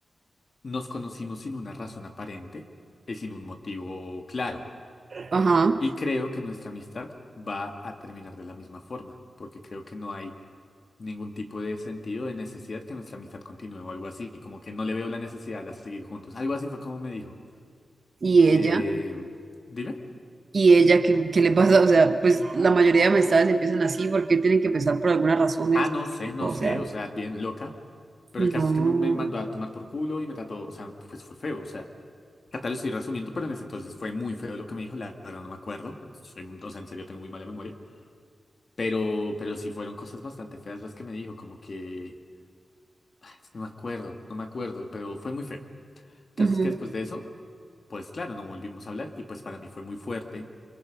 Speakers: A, on the left; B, on the right.
A: nos conocimos sin una razón aparente y sin un motivo claro.
B: Ajá.
A: Y creo que nuestra amistad va a terminar de la misma forma, porque creo que no hay ningún tipo de sentido de necesidad que nuestra amistad continúe o algo así, como que no le veo la necesidad de seguir juntos. Algo así fue como me dijo.
B: Y
A: Eh,
B: ella,
A: dime.
B: y ella, ¿qué, qué le pasa? O sea, pues la mayoría de amistades empiezan así porque tienen que empezar por alguna razón en
A: Ah,
B: específico.
A: no sé, no
B: O
A: sé,
B: sea,
A: o sea, bien loca. Pero
B: no.
A: el caso es que me, me mandó a tomar por culo y me trató, o sea, pues fue feo, o sea, acá te lo estoy resumiendo, pero en ese entonces fue muy feo lo que me dijo, la verdad no me acuerdo, soy, un- o sea, en serio tengo muy mala memoria, pero, pero sí fueron cosas bastante feas las que me dijo, como que, ah, es que no me acuerdo, no me acuerdo, pero fue muy feo. El caso
B: Ujú,
A: es que después de eso, pues claro, no volvimos a hablar y pues para mí fue muy fuerte